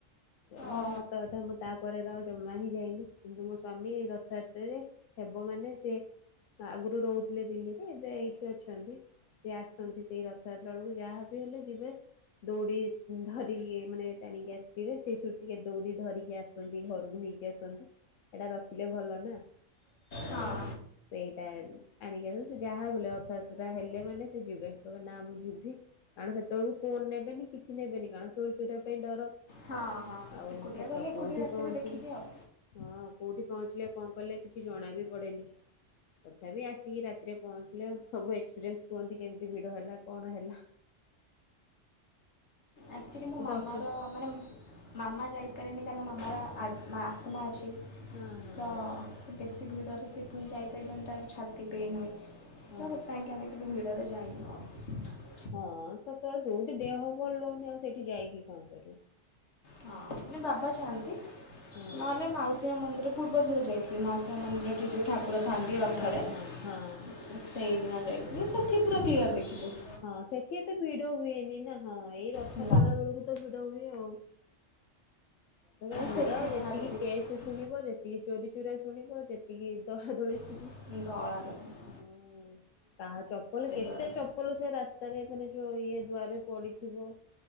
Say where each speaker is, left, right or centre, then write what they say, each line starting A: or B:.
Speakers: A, on the left; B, on the left.
A: କଇଲେ
B: ଓ
A: ହଉ ସତ କଥା ମୁଁ ତା ପରେ ତା ଜମା ହିଁ ହେଇଯାଇନି କିନ୍ତୁ ମୋ ସ୍ବାମୀ ରଥଯାତ୍ରାରେ ହେବ ମାନେ ସେ ଆ ଆଗରୁୁ ରହୁଥିଲେ ଦିଲ୍ଲୀରେ ଏବେ ଏଇଠି ଅଛନ୍ତି ସେ ଆସନ୍ତି ସେଇ ରଥଯାତ୍ରା ବେଳକୁ ଯାହା ବି ହେଲେ ଯିବେ। ଦୌଡ଼ି ଉଁ ଧରିକି ମାନେ ଟାଣିକି ଆସିଥିବେ ସେଇଥିରୁ ଟିକେ ଦୌଡି ଧରିକି ଆସ୍ <unintelligible> ଘରକୁ ନେଇକି ଆସନ୍ତି ଏଇଟା ରଖିଲେ ଭଲ ନା ତ
B: ହଁ।
A: ଉଁ ସେଇଟା ଆଣିକି <unintelligible> ସେ ଯାହା ବି ହେଲେ <unintelligible> ହେଲେ ମାନେ ସେ ଯିବେ କହିବେ ନା ମୁଁ ଯିବି। କାରଣ ସେତେବେଳକୁ ଫୋନ୍ ନେବେନି କିଛି ନେବେନି କାରଣ ଚୋରି ଚୂରା ପାଇଁ ଡର।
B: ହଁ ହଁ
A: ଆଉ
B: ଏକୁଟିଆ
A: କେତ
B: ଗଲେ ଏକୁଟିଆ
A: କୋଉଠି
B: ଆସିବେ
A: ପହଞ୍ଚିଲ୍
B: ଦେଖିକି ଆଉ।
A: ହଁ କୋଉଠି ପହଞ୍ଚିଲେ କଁ କଲେ କିଛି ଜଣା ବି ପଡେନି। ତଥାପି ଆସିକି ରାତିରେ ପହଞ୍ଚିଲେ ସବୁ ଏକ୍ସପିରିଏନ୍ସ୍ କୁହନ୍ତି କେମ୍ତି ଭିଡ଼ ହେଲା କଣ ହେଲା।
B: ଆକ୍ଚୁଲି
A: ଯାଇକି
B: ମୋ ମାମାର
A: ଦର୍ଶନ
B: ମାନେ <unintelligible> ମାମା ଯାଇପାରେନି <unintelligible> ମାମାର ଆସ୍ମା ଆସ୍ଥମା ଅଛି
A: ହଁ ହଁ
B: ତ ସେ ବେଶୀ ଭିଡ଼ରେ ସେଇ ଫୁଁ ଯାଇପାରିବନି ତାର ଛାତି ପେନ୍ ହୁଏ।
A: ହଁ
B: ତହେ ତାଇଁଙ୍କା ଆମେ କିନ୍ତୁ ଭିଡ଼ରେ ଯାଇନୁ ଅ।
A: ହଁ ସତଳେ ଦୋଉଠି ଦେହ ଭଲ ହଉନି ଆଉ ସେଇଠି ଯାଇକି କଣ କରିବ।
B: ହଁ ମାନେ ବାବା ଚାଆନ୍ତି ନହେଲେ
A: ହଁ
B: ମାଉସୀଆଁ ମନ୍ଦିର ପୂର୍ବଥରେ ଯାଇଥିଲି ମାଉସୀଆଁ ମନ୍ଦିରଟି ଯୋଉ ଠାକୁର ଥାଆନ୍ତି ରଥରେ
A: ହଁ
B: ହୁଁ।
A: ହଁ ହଁ
B: ସେଇଦିନ ଯାଇଥିଲି ସେଠି ପୁରା କ୍ଲିୟର ଦେଖିଚୂ।
A: ହଁ ସେଖି ଏତେ ଭିଡ଼ ହୁଏନି ନାଁ ହଁ ଏଇ ରଥ
B: ନା
A: ଟଣା ହୁଳୁକୁ ତ ଭିଡ଼ ହୁଏ ଆଉ। ପ୍ରଦଳ ଭିଡ଼
B: ସେଇଥିପାଇଁ
A: ଯେତିକି
B: ସେଇଠି ଯାହା ଟିକେ ଦେଖି
A: କେଶେ ଶୁଣିବ ଯେତିକି ଚୋରି ଚୋରା ଶୁଣିବ ଯେତିକି ଦଳାଦଳି ଶୁ
B: <unintelligible> <inaudible> ଦଳାଦଳି
A: ହଁ କାହା ଚପଲ କେତେ
B: ଦଳା
A: ଚପଲ ସେ ରାସ୍ତାରେ ମାନେ ଯୋଉ ଇଏ ଦୁଆରେ ପଡିଥିବ